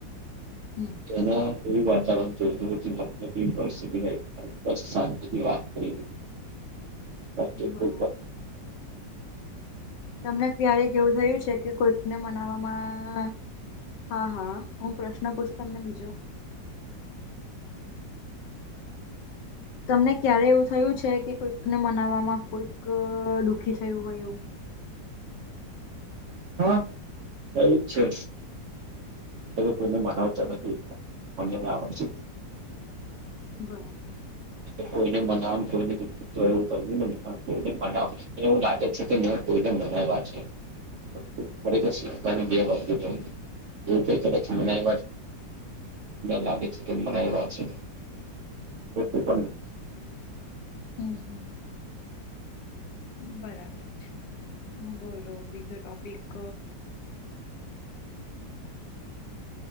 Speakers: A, on the left; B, on the right.
A: હમ
B: ના કોઈ વાતાવરણ ચોતું હો ુનિવર્સિટી પછી શાંતિની વાત કરીએ, આ ટોપિક
A: બરાબર
B: પર,
A: તમને ક્યારેક એવું થયું છે કે કોઈકને મનાવામાં, હા હા હું પ્રશ્ન પૂછું તમને બીજો તમને ક્યારે એવું થયું છે કે કોઈકને મનાવવામાં કોઈક દુઃખી થયું હોય એવું
B: હા એવું જ છે કોને મનાવતા નથીને આ છે
A: બરાબર
B: તો કોઈને મનામ કોઈને વ્યક્તિત્વ એવું કોઈને મનાવ એવું લાગે છે કે કોઈને બનાવ્યા છે ખરેક શની ગ એવું ક કદચ મનાને લાગે છે કે મ વાત <unintelligible> છે. ઓકે બ
A: હમ હમ બરાબર છે બોલો બીજો ટોપિક